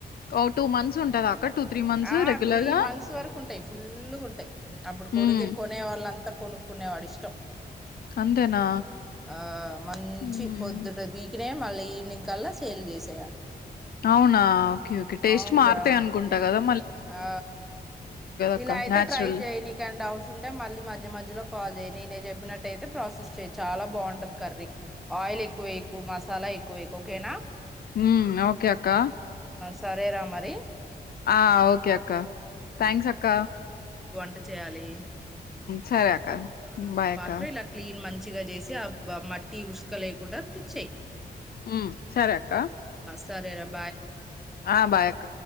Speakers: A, on the left; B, in the centre.
A: ఓ టూ మంత్స్ ఉంటదా అక్క టూ త్రీ మంత్స్
B: ఆ
A: రెగ్యులర్
B: త్రీ
A: గా
B: మంత్స్ వరకు ఉంటాయి ఫుల్లుగుంటాయ్, అప్పుడు
A: హ్మ్.
B: కొడుతే కొనే వాళ్ళంతా కొనుక్కునేవాడిష్టం
A: అంతేనా?
B: ఆ మంచి
A: హ్మ్.
B: పొద్దుట బీకే మళ్ళీ ఈవినింగ్ కల్లా సేల్ చేసేయాలి
A: అవునా ఓకే ఓకే టేస్ట్
B: అవునురా
A: మారుతాయి అనుకుంటా కదా
B: ఆ
A: అక్క
B: ఇలా అయితే
A: నేచురల్.
B: ట్రై జేయ్ నీకేం డౌట్స్ ఉంటే మళ్ళీ మధ్య మధ్యలో కాల్ జేయ్, నేనే చెప్పినట్ ట్ అయితే ప్రాసెస్ చేయ్ చాలా బాగుంటది కర్రీ ఆయిల్ ఎక్కువేయకు మసాలే క్కువేయకు ఒకేనా
A: ఉమ్ ఓకే అక్కా
B: సరేరా మరి
A: ఆ ఓకే అక్క థ్యాంక్స్ అక్క
B: ఎంత చేయాలి
A: సరే అక్క
B: ఆ నువ్వు
A: బాయ్ అక్క
B: మాత్రం ఇలా క్లీన్ మంచిగా చేసి ఆ మట్టి ఉసుక లేకుండా ప్లిచ్చ చేయయి
A: ఉ సరే అక్క
B: సరే రబ్
A: ఆ బాయ క్క